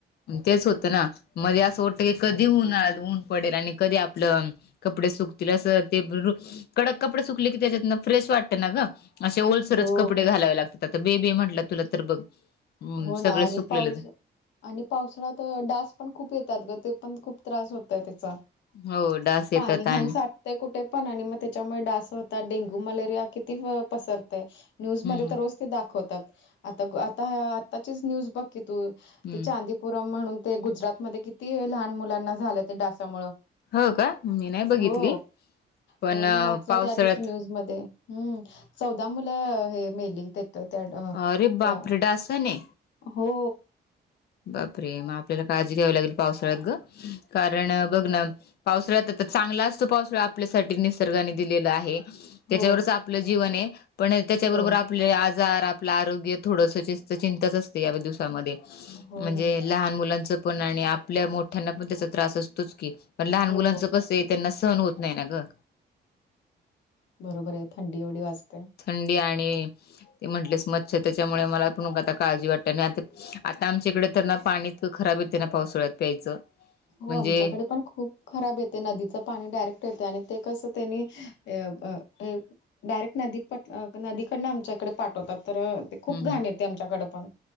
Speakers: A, on the left; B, on the left.
A: तेच होतं ना मध्ये असं टत. कधी उन्हाळ्यात ऊन पडेल आणि कधी आपलं कपडे सुकतील असं ते कडक कपडे सुकले की त्याच्यातन फ्रेश वाटते ना ग. असे ओलसलच
B: हो
A: कपडे घालावे लागतात आता बेबी म्हटलं तुला तर बघ.
B: हो
A: सगळं
B: ना आणि
A: सुकलेलं
B: पाऊस. आणि पावसाळ्यात डास पण खूप येतात ग ते पण खूप त्रास होतय त्याचा.
A: हो डास येतात
B: पाणी घाण
A: आणि
B: साठ ते कुठे पण, आणि मग त्याच्यामुळे डास होतात, डेंग्यू मलेरिया किती पसरतय. न्यूजमध्ये
A: हम्म
B: तर रोज ते दाखवतात, आता आता आताचीच न्यूज बघ कि तू,
A: हम्म
B: ती चांदी पुरम म्हणून ते गुजरातमध्ये, किती लहान मुलांना झालं ते, डासामुळं.
A: हो का मी नाही बघितली
B: हो,
A: पण
B: हो मी वाचलं
A: पावसाळ्यात
B: त्या दिवशी न्यूज मध्ये. हम्म! चौदा मुलं हे मेली तीथ त्या
A: अरे बापरे!
B: त्या
A: डासाने
B: हो.
A: बापरे! मग आपल्याला काळजी घ्यावी लागेल पावसाळ्यात ग, कारण बघ ना पावसाळ्यात, चांगला असतो पावसाळा, आपल्यासाठी निसर्गाने दिलेला आहे. त्याच्यावरच
B: हो
A: आपलं जीवन ये, पण त्याच्याबरोबर
B: हो
A: आपले आजार, आपलं आरोग्य थोडस चिंताच असते, या दिवसामध्ये.
B: हो
A: म्हणजे
B: ना
A: लहान मुलांच पण, आणि आपल्या मोठ्यांना पण त्याचा त्रास असतोच की, लहान
B: हो
A: मुलांच कसय, त्यांना सहण होत नाही ना ग.
B: बरोबर ये, थंडी एवढी वाजत्या
A: थंडी आणि, ते म्हटलेस मच्छ त्याच्यामुळे मला पण आता काळजी वाटते. आता आमच्याकडे तर ना, पाणी इतकं खराब येतय ना, पावसाळ्यात प्यायचं.
B: हो,
A: म्हणजे
B: आमच्याकडे पण खूप खराब येतय, नदीचं पाणी डायरेक्ट येतंय, आणि ते कसं त्यांनी अ डायरेक्ट नदी नदीकडन आमच्या इकडे पाठवतात, तर ते
A: हम्म
B: खूप घाण
A: हम्म
B: येते आमच्याकडे पण,